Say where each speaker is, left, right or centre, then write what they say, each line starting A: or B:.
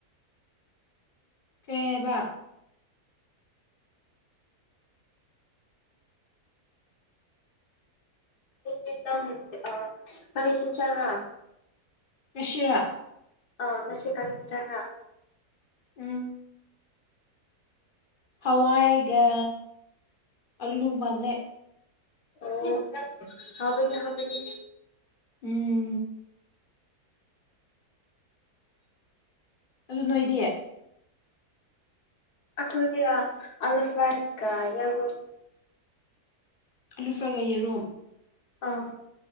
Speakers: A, on the left (about 35°); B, on the left (about 80°).
A: ꯀꯩꯍꯥꯢꯕ
B: <unintelligible> ꯑ ꯀꯔꯤ ꯍꯤꯆꯔꯥ
A: ꯉꯁꯤꯔꯥ
B: ꯑ ꯅꯁꯤ ꯀꯔꯤ ꯍꯤꯆꯔꯥ
A: ꯎꯝ ꯍꯋꯥꯏꯒ ꯑꯜꯂꯨꯕꯜꯂꯦ
B: ꯑꯣ ꯍꯥꯎꯅꯤ ꯍꯥꯎꯕꯅꯤ
A: ꯎꯝ ꯑꯗꯨ ꯅꯣꯏꯗꯤ
B: ꯑꯩꯈꯣꯏꯒꯤ ꯑꯜꯐꯥꯏꯀ ꯌꯦꯔ
A: ꯂꯨꯐ꯭ꯔꯒ ꯌꯦꯔꯨꯝ
B: ꯑꯥ